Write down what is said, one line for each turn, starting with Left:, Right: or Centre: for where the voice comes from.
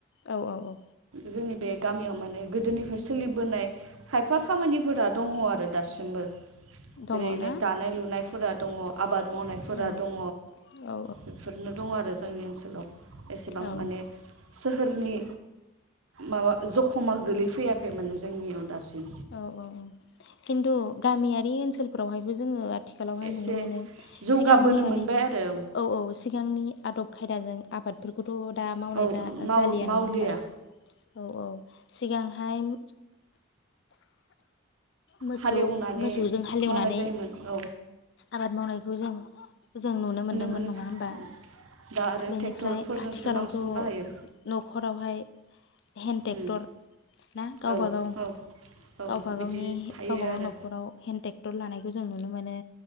Left: औ औ औ।
Right: जोंनि बे गामियाव माने गोदोनिफ्राय सोलिबोनाय खायफा खामानिफोरा दङ आरो दासिमबो
Left: दङ
Right: जेरैनो
Left: ना
Right: दानाय लुनायफोरा। दङ आबाद मावनायफोरा
Left: औ
Right: दङ
Left: औ
Right: बेफोरनो दं आरो। आरो जोंनि ओनसोलाव एसेबां
Left: औ
Right: माने सोहोरनि माबा जखमा। गोलै फैयाखै माने जोंनियाव दासिम।
Left: औ औ औ किन्थु गामियारि ओनसोलफोरावहायबो जोङो आथिखालावहाय
Right: एसे
Left: नुनो मोनो
Right: जौगाबोनो
Left: सिगांनि माने
Right: मोनबाय आरो
Left: औ औ सिगांनि आदब। खायदाजों आबादफोरखौ। थ' दा मावनाय
Right: औ माव
Left: जालिया
Right: मावलिया
Left: नङा हबा औ औ। सिगांहाय मोसौ
Right: हालेवनानै
Left: मोसौजों हालेवनानै
Right: मावनाय जायोमोन औ
Left: आबाद मावनाय। बेखौ <unintelligible> जों नुनो मोनदोंमोन
Right: मोनो
Left: नङा होमबा
Right: औ दा आरो
Left: बेनिफ्राय
Right: ट्रेक्टरफोरजोंसो
Left: आथिखालावथ'
Right: बांसिन बाहायो
Left: न'खरावहाय। हेन्द ट्रेक्टर
Right: उम
Left: ना गावब
Right: औ
Left: गाव
Right: औ औ
Left: गावबा
Right: बिदि
Left: गावनि।
Right: थायो
Left: गावबा
Right: आरो
Left: गाव <unintelligible> थानायखौ जों नुनो मोनो।